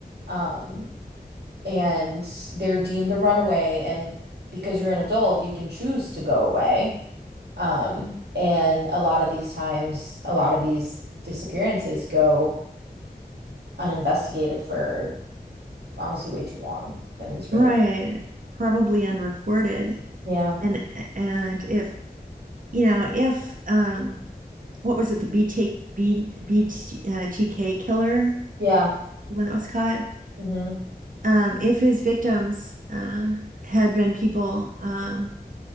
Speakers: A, on the right; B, on the right.
A: um and they're deemed a runaway and because you're an adult you can choose to go away um, and a lot of these times, a lot of these disappearances go uninvestigated for honestly way too long. And it's
B: Right.
A: really,
B: Probably unreported.
A: yeah,
B: And and if you know if um what was it the BT B, BT, uh, killer
A: yeah,
B: the one that was caught
A: hmm
B: um if his victims uh had been people um